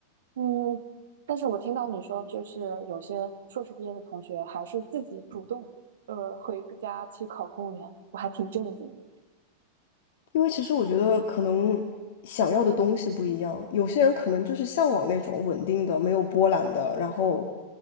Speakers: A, on the right; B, on the left.
A: 嗯，但是我听到你说，就是有些硕士毕业的同学还是自己主动，呃，回家去考公务员，我还挺震惊的。
B: 因为其实我觉得可能想要的东西不一样，有些人可能就是向往那种稳定的、没有波澜的，然后